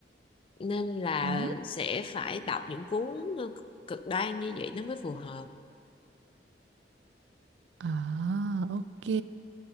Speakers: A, on the left (about 30°); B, on the right (about 85°).
A: nên là
B: Ừ.
A: sẽ phải đọc những cuốn ờ, cực đoan như vậy nó mới phù hợp
B: À, ok.